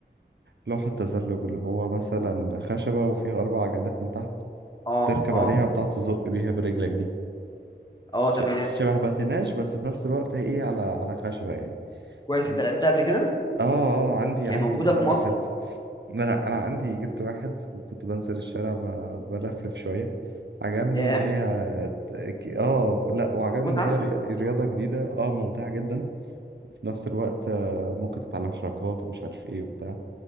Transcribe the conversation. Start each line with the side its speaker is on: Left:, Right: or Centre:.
Right: لوحة تزلج اللي هو مثلا خشبة وفيها أربع عجلات من تحت
Left: اه
Right: تركب
Left: اه
Right: عليها بتقعد تزق بيها برجلك دي
Left: اه
Right: ش-
Left: تمام
Right: شبه باتيناج بس في نفس الوقت هي ايه على على خشبة يعني
Left: كويس
Right: دي-
Left: انت لعبتها قبل كده
Right: اه اه عندي
Left: هي
Right: عندي
Left: موجودة
Right: كمان
Left: في مصر
Right: واحد ما انا انا عندي جبت واحد وكنت بنزل الشارع ب- بلفلف شوية عجبني
Left: ياه
Right: ان هي ت- اه لا وعجبني
Left: متعة
Right: ان هي ري- رياضة جديدة اه ممتعة جدا وفي نفس الوقت آه، ممكن تتعلم حركات ومش عارف ايه وبتاع